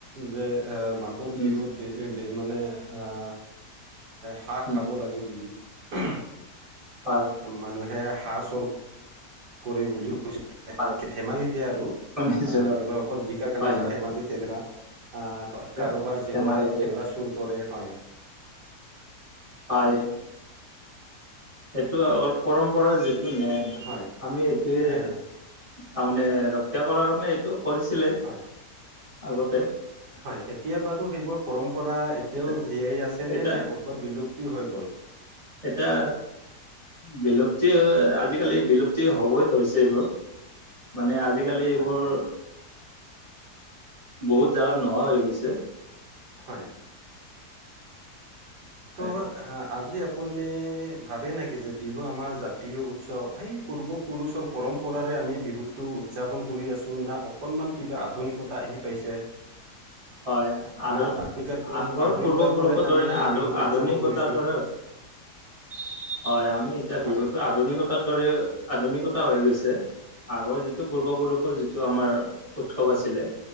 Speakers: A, on the right; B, on the right.
A: যে এ মা ঘৰ
B: উম,
A: বিহুত বি মানে আহ হাঁহ
B: উম,
A: খাব লাগে বুলি। <inaudible>
B: হয়
A: মানুহে হাঁহ চুৰ কৰে বুলি।
B: হয়
A: ধেমালিতে আৰু
B: শুনিছিলো
A: অঁ এইবাৰ
B: হয়
A: অকল জিকাৰ কাৰণে
B: হয়
A: নহয়
B: হয়
A: ধেমালিত এনেকা আহ
B: ধে-
A: কাৰোবাৰ জেউৰা
B: ধেমালি যে
A: জেউৰা চুৰ কৰে হয়।
B: হয় এইটো অলপ পৰম্পৰাৰ যিটো নে
A: হয়
B: আমি এইটোৱে
A: আহ
B: তাৰমানে ৰক্ষা কৰাৰ কাৰণে এইটো কৰিছিলে।
A: হয়,
B: আগতে
A: হয় এতিয়া বাৰু সেইবোৰ পৰম্পৰা এতিয়াও
B: এটা
A: জীয়াই আছে
B: এটা
A: নে ক'তবা বিলুপ্তি হৈ গ'ল?
B: এতিয়া বিলুপ্তি আজিকালি বিলুপ্তি হবই ধৰিছে এইবোৰ। মানে আজিকালি এইবোৰ
A: হয়
B: বহুত জেগাত নোহোৱা হৈ গৈছে।
A: হয় ত
B: এই
A: আজি আপুনি ভাবে নেকি যে বিহু আমাৰ জাতীয় উৎসৱ সেই পূৰ্বপুৰুষৰ পৰম্পৰাৰে আমি বিহুটো উদযাপন কৰি আছো না অকনমান কিবা আধুনিকতা আহি পাইছে।
B: হয় আ
A: না আধুনিক
B: আগৰ
A: আধুনিকতাৰ
B: পূৰ্বপুৰুষৰ
A: আমি
B: দৰে না আ
A: বিহুটো
B: আধুনিকতাটো
A: উদযাপন কৰিছো
B: <unintelligible> হয় আমি এতিয়া
A: হয়
B: বিহুতো আধুনিকতাৰ দৰে আধুনিকতা হৈ গৈছে। আগৰ যিটো পূৰ্বপুৰুষৰ যিটো আমাৰ উৎসৱ আছিলে।